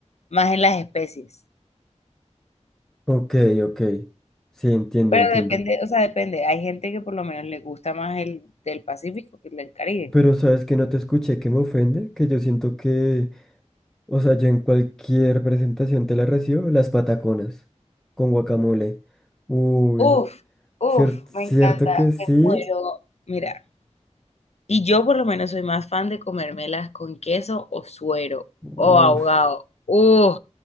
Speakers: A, on the left; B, in the centre.
A: más en las especies.
B: ok, ok, sí, entiendo,
A: Pero
B: entiendo.
A: depende, o sea, depende. Hay gente que por lo menos le gusta más el del Pacífico que el del Caribe.
B: Pero sabes que no te escuché, que me ofende, que yo siento que, o sea, yo en cualquier presentación te la recibo, las pataconas con guacamole. Uy,
A: Uf,
B: cierto,
A: uf,
B: cierto
A: me encanta,
B: que sí.
A: me muero. Mira. Y yo por lo menos soy más fan de comérmelas con queso o suero
B: Uf,
A: o ahogado. ¡Uh!